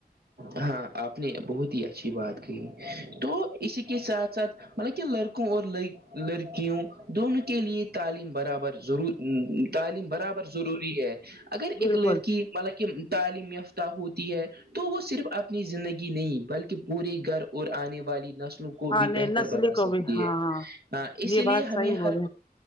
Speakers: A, on the right; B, on the left.
A: ہاں آپ نے بہت ہی اچھی بات کہی تو اسی کے ساتھ ساتھ ملکہ لڑکوں اور لڑکیوں دونوں کے لیے تعلیم برابر ضرور تعلیم برابر ضروری ہے اگر ایک
B: بالکل
A: لڑکی مطلب کہ تعلیم یافتہ ہوتی ہے تو اس صرف اپنی زندگی نہیں بلکہ پورے گھر اور آنے والی نسلوں کو کو
B: ہاں
A: بھی
B: نہیں
A: بہتر
B: نسلی
A: بنا
B: کو
A: سکتی
B: بھی ہاں
A: ہے
B: ہاں
A: ہ اس
B: یہ
A: لیے
B: بات
A: ہمیں
B: صحیح
A: ہر
B: بولے